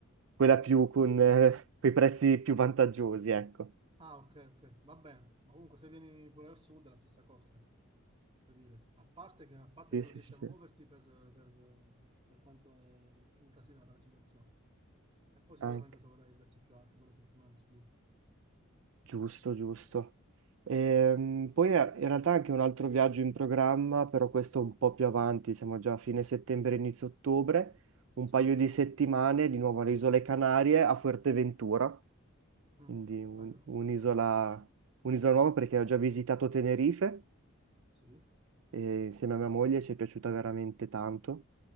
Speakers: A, on the right (about 60°); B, on the right (about 25°).
A: quella più con, eh, quei prezzi più vantaggiosi, ecco.
B: Ah, ok, ok, va bene. Ma comunque se vieni pure al sud è la stessa cosa, eh. Voglio dire, a parte che, a parte
A: Sì,
B: che non
A: sì,
B: riesci
A: sì, sì.
B: a muoverti per, per- per quanto è incasinata la situazione. E poi sicuramente
A: Anche.
B: troverai i prezzi più alti quella settimana, sicuro.
A: Giusto, giusto. Ehm, poi eh, in realtà anche un altro viaggio in programma, però questo un po' più avanti, siamo già a fine settembre, inizio ottobre, un
B: Sì?
A: paio di settimane di nuovo alle Isole Canarie a Fuerteventura,
B: Mm,
A: quindi un-
B: bello?
A: un'isola un'isola nuova perché ho già visitato Tenerife
B: Sì,
A: e insieme a mia moglie ci è piaciuta veramente tanto